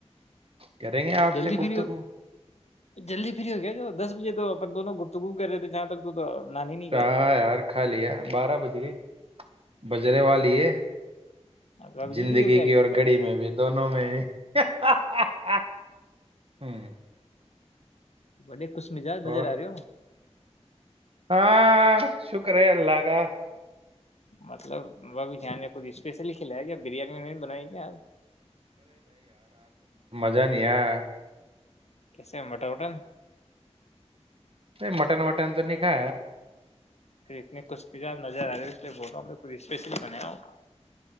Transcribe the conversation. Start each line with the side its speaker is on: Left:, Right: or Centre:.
Right: کریں گے آپ
Left: جلدی
Right: سے گپتگو
Left: فری ہو جلدی فری ہو گیا جو دس بجے تو اپن دونوں گفتگپ کر رہے تھے جہاں تک تو نان ہی نہیں
Right: ہاں
Left: گیا تھا
Right: یار خالی ہے بارہ بج گئی بجرے والی ہے
Left: بابو
Right: زندگی
Left: جی فری ہو گیا
Right: کی
Left: کے
Right: اور
Left: اوپر
Right: گڑی میں بھی دونوں میں بھی ہ ہ ہوں
Left: بڑی اس مزاج نظر
Right: اور
Left: آ رہی ہو
Right: ہاں شکر ہے اللہ کا
Left: مطلب وہ ابھی جان کچھ اسپیشلی کھلایا کیا بریانی میں بنائی کیایار
Right: جانی آ
Left: کیسے بٹا وٹن
Right: مٹن مٹن تو نہیں کا
Left: پھر اتنی کچشبچار نظر آ رہی ب ک اسپیشلی بنایا ہوگا